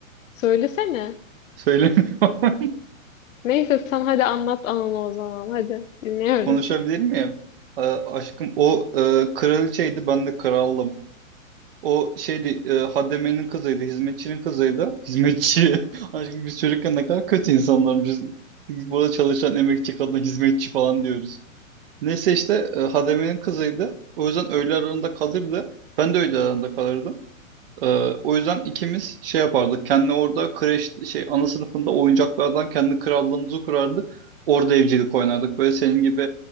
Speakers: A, on the left; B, on the right.
A: Söylesene.
B: Söylemiyorum.
A: Neyse sen hadi anlat ananı o zaman. Hadi dinliyorum.
B: <laughs> Konuşabilir miyim? E, aşkım o e, kraliçeydi ben de kraldım. O şeydi e, Hademe'nin kızıydı, hizmetçinin kızıydı. Hizmetçi. <laughs> Aşkım biz çocukken ne kadar kötü insanlarmışız. Burada çalışan emekçi kadına hizmetçi falan diyoruz. Neyse işte e, Hademe'nin kızıydı. O yüzden öğle aralarında kalırdı. Ben de öğle aralarında kalırdım. Ee, o yüzden ikimiz şey yapardık. Kendi orada kreş şey ana sınıfında oyuncaklardan kendi krallığımızı kurardık. Orada evcilik oynardık. Böyle senin gibi